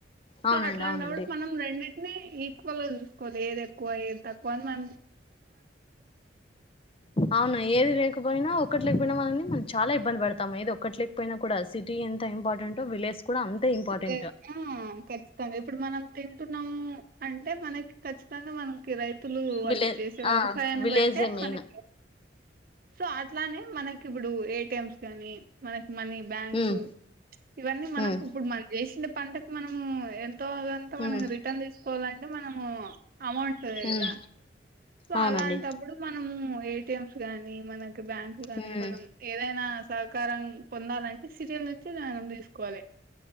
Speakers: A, on the left (about 30°); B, on the right (about 50°).
A: అవునండి
B: సో అట్లాంటప్పుడు
A: అవునండి
B: <unintelligible> ట్నేయి కొన్ కొనేది ఎక్కువాయే తక్కువన్ మ్యమ్
A: అవును ఏది లేకపోయినావ్ ఒక్కట్లేకపోయినా మని మనం చాలా ఇబ్బంది పడతాం ఏదో ఒక్కటి లేకపోయినా కూడా సిటీ ఎంత ఇంపార్టెంటో విలేజ్ కూడా అంతే ఇంపార్టెంట్
B: య్ ఆ ఖచ్చితంగా ఇప్పుడు మనం తింటున్నాం అంటే మనకి ఖచ్చితంగా మనం కే రైతులు వాళ్ళు
A: విలే
B: చేసే వ్యవసాయాన్ని
A: ఆ విలేజే
B: బట్టే
A: మెయిన్
B: మనకి సో అట్లానే మనకి ఇప్పుడు ఏటిఎమ్స్ గాని మన మనీ బ్యాంక్స్
A: ఉమ్
B: ఇవన్నీ మనం
A: ఉమ్
B: ఇప్పుడు మంచి చేేసి పంటకు మనము ఎంత రోజంతా మనకి
A: ఉమ్
B: రిటర్న్ తీసుకోవాలంటే మనం ఆ అమౌంట్
A: ఉమ్
B: కదా సో
A: అవునండి
B: అలాంటప్పుడు మనము ఏటిఎమ్స్ గాని మన బ్యాంకులు గాని
A: ఉమ్
B: మనం ఏదైనా సహకారం పొందాలంటే సిటీల్ నుంచి దానం తీసుకోవాలి